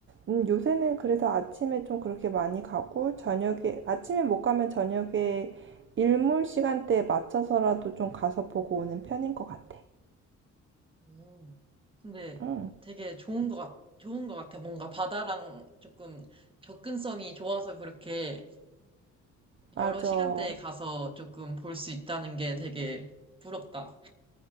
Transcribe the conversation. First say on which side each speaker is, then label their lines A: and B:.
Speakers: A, on the right (about 40°); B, on the right (about 15°).
A: 음, 요새는 그래서 아침에 좀 그렇게 많이 가고, 저녁에, 아침에 못 가면 저녁에 일몰 시간대에 맞춰서라도 좀 가서 보고 오는 편인 것 같아.
B: 오. 근데
A: 응,
B: 되게 좋은 것 같, 좋은 것 같아. 뭔가 바다랑 조금 접근성이 좋아서 그렇게
A: 맞아.
B: 여러 시간대에 가서 조금 볼 수 있다는 게 되게 부럽다.